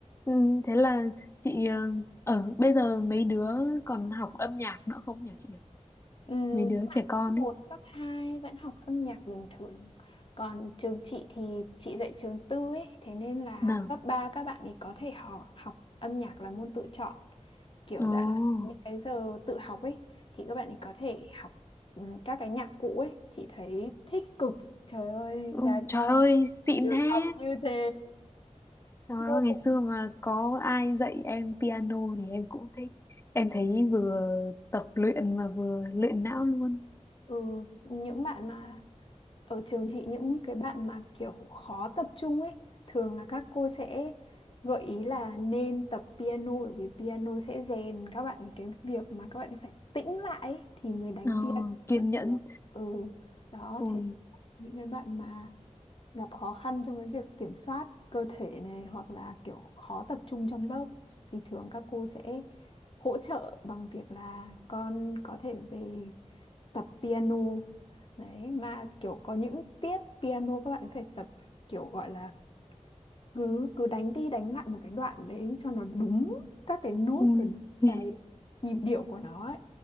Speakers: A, on the left; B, on the left.
A: ừ, thế là chị ờ, ở bây giờ mấy đứa còn học âm nhạc nữa không nhỉ chị nhỉ
B: Ừm,
A: mấy đứa trẻ con
B: cấp một
A: ấy
B: cấp 2 vẫn học âm nhạc bình thường. Còn trường chị thì chị dạy trường tư ấy, thế nên là
A: nào
B: cấp 3 các bạn ấy có thể học học âm nhạc là môn tự chọn. Kiểu
A: ồ
B: dạng là những cái giờ tự học ấy thì các bạn ấy có thể học ừ, các cái nhạc cụ ấy, chị thấy thích cực. Trời ơi,
A: ừ,
B: giá nhà
A: trời ơi xịn
B: được
A: thế
B: học như thế. <laughs>
A: trời
B: Vô
A: ơi, ngày
B: cùng.
A: xưa mà có ai dạy em piano thì em cũng thích em thấy vừa tập luyện mà vừa luyện não luôn
B: Ừ, những bạn mà ở trường chị những cái bạn mà kiểu khó tập trung ấy thường là các cô sẽ gợi ý là nên tập piano bởi vì piano sẽ rèn các bạn ấy cái việc mà các bạn ấy phải tĩnh lại ấy, thì mới đánh
A: Ờ,
B: piano
A: kiên
B: vẫn
A: nhẫn
B: được ừ đó
A: Ôi,
B: thế những cái bạn mà gặp khó khăn trong cái việc kiểm soát cơ thể này hoặc là kiểu khó tập trung trong lớp thì thường các cô sẽ hỗ trợ bằng việc là con có thể về tập piano đấy mà kiểu có những tiết piano các bạn phải tập kiểu gọi là cứ cứ đánh đi đánh lại một cái đoạn đấy cho nó đúng các cái nốt
A: Ui,
B: và đúng
A: <laughs>
B: cái nhịp điệu của nó ấy.